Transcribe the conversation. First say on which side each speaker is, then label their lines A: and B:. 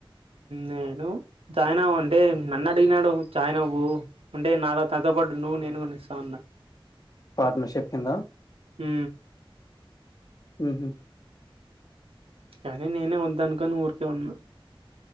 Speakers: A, on the right (about 85°); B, on the left (about 40°).
A: నేను చాయినావ్ అంటే నన్ను అడిగినాడు చాయినవ్వు అంటే నాద నాతో పాటు నువ్వు నేను ఒనిస్తా అన్న
B: పార్ట్నర్షిప్ కింద
A: ఉ
B: ఉహు
A: కానీ నేనే వద్దనుకుని ఊరికే ఉన్నా